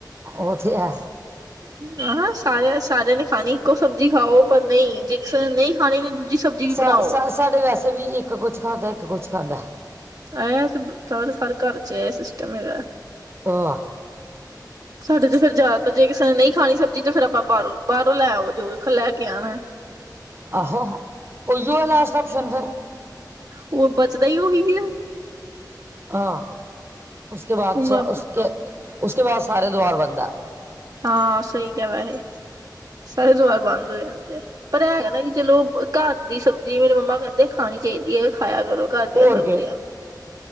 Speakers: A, on the right (about 35°); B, on the right (about 55°).
A: ਉਹਥੀ ਐ
B: ' <inaudible> ਆਹਾਂ, ਸਾਰੇ ਸਾਰਿਆਂ ਨੇ ਖਾਣੀ ਇੱਕੋ ਸਬਜ਼ੀ ਖਾਓ, ਪਰ ਨਹੀਂ ਜੇ ਨਹੀਂ ਖਾਣੀ ਦੂਜੀ ਸਬਜ਼ੀ ਵੀ
A: ਸ਼-ਸ਼
B: ਬਣਾਓ
A: ਸਾਡੇ ਵੈਸੇ ਵੀ ਇੱਕ ਕੁਛ ਖਾਂਦਾ, ਇੱਕ ਕੁਛ ਖਾਂਦਾ।
B: ਆ ਤੇ ਸ ਹਰ ਘਰ 'ਚ' ਇਹ ਸਿਸਟਮ ਹੈਗਾ।
A: ਓਆ
B: ਸਾਡੇ 'ਚ' ਫੇਰ ਜ਼ਿਆਦਾਤਰ ਜੇ ਕਿਸੇ ਨੇ ਨਹੀਂ ਖਾਣੀ ਸਬਜ਼ੀ ਤਾਂ ਫੇਰ ਆਪਾਂ ਬਾਹਰੋਂ ਬਾਹਰੋਂ ਲੈ ਆਓ ਜੋ ਲੈ ਕੇ ਆਣਾ।' ' <inaudible>
A: ਆਹੋ, ਉਹੀਓ ਐ ਲਾਸਟ ਆਪਸ਼ਨ ਫਿਰ
B: ਉਹ ਬਚਦਾ ਹੀ ਉਹੀ ਐ
A: ਹਾਂ, ਉਸਕੇ ਬਾਅਦ
B: ਉਮਾ
A: ਸ ਉਸ ਉਸਕੇ ਬਾਅਦ ਸਾਰੇ ਦੀਵਾਰ ਬੰਦਾ ਆ
B: ਹਾਂ ਸਹੀ ਕਿਹਾ ਵੈਸੇ ਸਾਰੇ ਦੀਵਾਰ ਬੰਦ ਹੋ ਜਾਂਦੇ ਆ ਪਰ ਇਹ ਹੈਗਾ ਨਾ ਕਿ ਚਲੋ, ਘਰ ਦੀ ਸਬਜ਼ੀ ਮੇਰੇ ਮੰਮਾ ਕਹਿੰਦੇ ਖਾਣੀ ਚਾਹੀਦੀ ਹੈ ਖਾਇਆ ਕਰੋ। ਘਰ ਦੀਆਂ
A: ਔਰ
B: ਸਬਜ਼ੀਆਂ।
A: ਕੇ